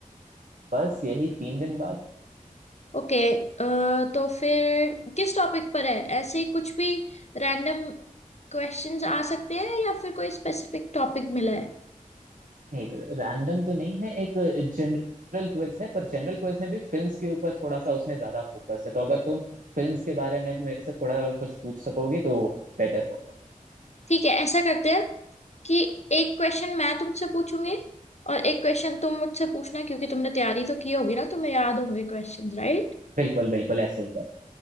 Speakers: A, on the right; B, on the left.
A: बस यही तीन दिन बाद
B: ओके तो फिर किस टॉपिक पर है ऐसे ही कुछ भी रैंडम क्वेश्चंस आ सकते हैं या फिर कोई स्पेसिफिक टॉपिक मिला है
A: नहीं रैंडम तो नहीं है एक जनरल क्विज है पर जनरल क्विज में भी फिल्म्स के ऊपर थोड़ा सा उसमें ज्यादा फोकस है तो अगर तुम फिल्म्स के बारे में मेरे से थोड़ा कुछ पूछ सकोगे तो बेटर होगा
B: ठीक है ऐसा करते हैं कि एक क्वेश्चन मैं तुमसे पूछूंगी और एक क्वेश्चन तुम मुझसे पूछना क्योंकि तुमने तैयारी तो की होगी ना तुम्हें याद होंगे क्वेश्चंस राइट
A: बिल्कुल बिल्कुल ऐसे ही कर